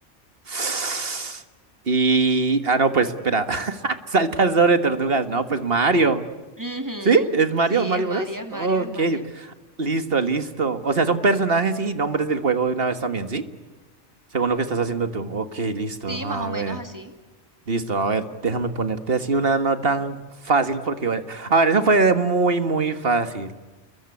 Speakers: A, on the right (about 55°); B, on the right (about 15°).
A: <sighs> Y... Ah, no, pues espera. <laughs> Saltas sobre tortugas. No, pues Mario.
B: Ujú,
A: ¿Sí? ¿Es Mario?
B: Sí,
A: ¿Mario
B: es Mario,
A: Bros?
B: es Mario,
A: Ok,
B: es Mario.
A: ok. listo, listo. O sea, son personajes y nombres del juego de una vez también, ¿sí? Según lo que estás haciendo tú. Ok, listo.
B: Sí,
A: A
B: más o menos
A: ver,
B: así.
A: listo. A ver, déjame ponerte así una no tan fácil porque, bueno, a ver, eso fue muy, muy fácil.